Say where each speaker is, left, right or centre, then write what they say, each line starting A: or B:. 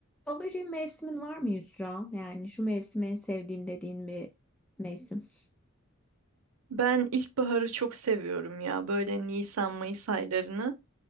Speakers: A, in the centre; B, on the right.
A: Favori mevsimin var mı Yusra? Yani şu mevsimi en sevdiğim dediğin bir mevsim.
B: Ben ilkbaharı çok seviyorum ya. Böyle Nisan, Mayıs aylarını.